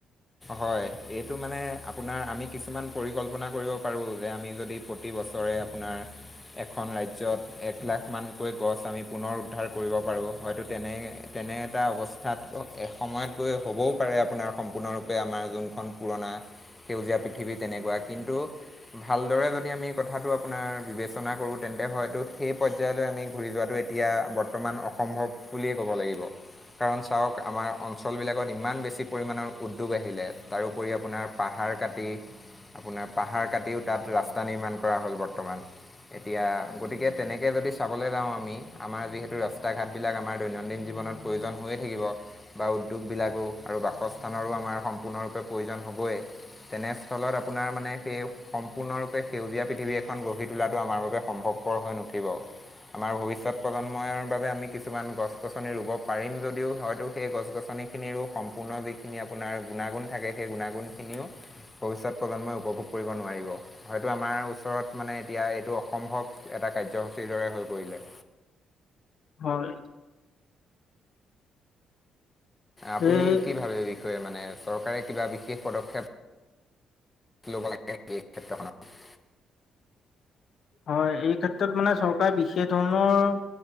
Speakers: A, on the left; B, on the left.
A: হয়, এইটো মানে আপোনাৰ, আমি কিছুমান পৰিকল্পনা কৰিব পাৰো। যে আমি যদি প্ৰতি ব- বছৰে আপোনাৰ এখন ৰাজ্যত এক লাখ মানকৈ গছ আমি পুনৰ উদ্ধাৰ কৰিব পাৰো। হয়তো তেনে তেনে এটা অৱস্থাত এসময়ত গৈ হ'বও পাৰে আপোনাৰ সম্পূৰ্ণৰূপ তে আমাৰ যোনখন পুৰণা সেউজীয়া পৃথিৱী তেনেকুৱা কিন্তু ভালদৰে যদি আমি কথাটো আপোনাৰ বিবেচনা কৰো। তেন্ত যে হয়তো সেই পৰ্যায়লৈ আমি ঘূৰি যোৱাটো এতিয়া বৰ্তমান অসম্ভৱ বুলিয়েই ক'ব লাগিব। কাৰণ, চাওক আমাৰ অঞ্চলবিলাকত ইমান বেছি পৰিমাণৰ উ টুব আহিলে তাৰোপৰি আপোনাৰ পাহাৰ কাটি, আপোনাৰ পাহাৰ কাটিও তাত ৰাস্তা নিৰ্মাণ কৰা হ'ল বৰ্তমান। এতিয়া গতিকে, তেনেকে যদি চাবলৈ যাওঁ আমি আমাৰ যিহেতু ৰাস্তা ঘাট বিলাক আমাৰ দৈনন্দিন জীৱ জীৱনত প্ৰয়োজন হৈয়ে থাকিব। বা উদ্যোগবিলাকো আৰু বাসস্থানৰো আমাৰ সম্পূৰ্ণৰূপে প্ৰয়োজন হ'বই। তেনেস্থলত আপোনাৰ মানে সেই সম্পূৰ্ণৰূপে সেউজীয়া পৃথিৱী এখন গঢ়ি তোলাটো আমাৰ বাবে সম্ভৱপৰ হৈ নুঠিব। আমাৰ ভৱিষ্যত প্ৰজন্মৰ বাবে আমি কিছুমান গছ-গছনি ৰুব পাৰিম, যদিও হয়তো সেই গছ- গছনি, নীখিনিৰো সম্পূৰ্ণ যিখিনি আ- আপোনাৰ গুণাগুণ থাকে। সেই গুণাগুণখিনিও ভৱিষ্যত প্ৰজন্মই উপভোগ কৰিব নোৱাৰিব। হয়টো আমাৰ ওচৰত মানে এতিয়া এইটো অসম্ভৱ এটা কাৰ্যসূচীৰ দৰে হৈ পৰিলে।
B: হয়।
A: আপুনি
B: এই
A: কি ভাবে? বিষয়ে মানে চৰকাৰে কিবা বিশেষ পদক্ষেপ লব লাগে সেইক্ষেত্ৰখনত
B: হয়, এই ক্ষেত্ৰত মানে চৰকাৰে বিশেষ ধৰণৰ